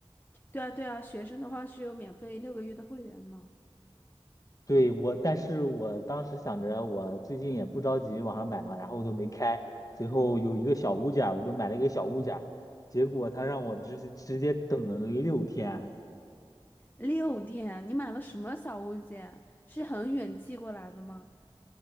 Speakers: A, on the left; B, on the left.
A: 对啊，对啊，学生的话是有免费六个月的会员呢。
B: 对我，但是我当时想着，我最近也不着急网上买嘛，然后我就没开。最后有一个小物件儿我就买了一个小物件儿结果他让我直直接等了六天。
A: 六天啊，你买了什么小物件？是很远寄过来的吗？